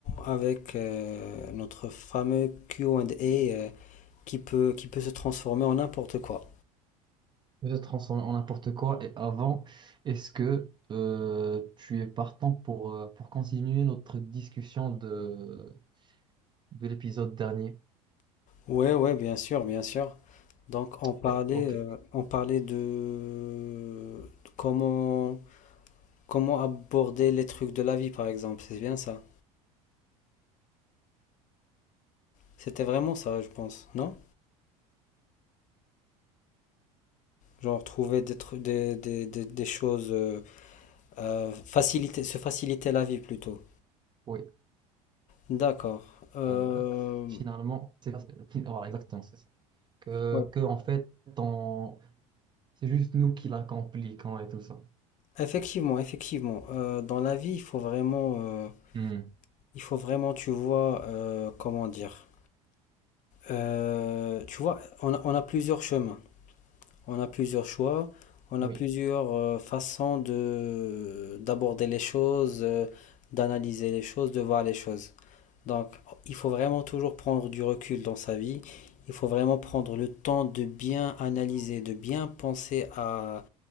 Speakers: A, on the left; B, on the right.
A: avec euh, notre fameux Q Q&A euh, qui peut, qui peut se transformer en n'importe quoi.
B: de transformer en n'importe quoi. Et avant, est-ce que euh, tu es partant pour, euh, pour continuer notre discussion de, de l'épisode dernier?
A: Ouais, ouais, bien sûr, bien sûr. Donc on parlait,
B: Ok, ok,
A: euh, on parlait de comment, comment aborder les trucs de la vie, par exemple. C'est bien ça. C'était vraiment ça, je pense, non? Genre trouver des, tru- des, des, des, des choses, euh, euh, faciliter, se faciliter la vie plutôt.
B: oui.
A: D'accord. Euh,
B: Euh, finalement, c'est voilà, exactement, c'est ça. Que,
A: ouais.
B: que, en fait, on- c'est juste nous qui la compliquons et tout ça.
A: Effectivement, effectivement. Euh, dans la vie, il faut vraiment, euh,
B: Hmm.
A: il faut vraiment, tu vois, euh, comment dire, euh, tu vois, on a, on a plusieurs chemins, on a plusieurs choix, on
B: Oui,
A: a plusieurs euh, façons de d'aborder les choses, euh, d'analyser les choses, de voir les choses. Donc, il faut vraiment toujours prendre du recul dans sa vie. Il faut vraiment prendre le temps de bien analyser, de bien penser à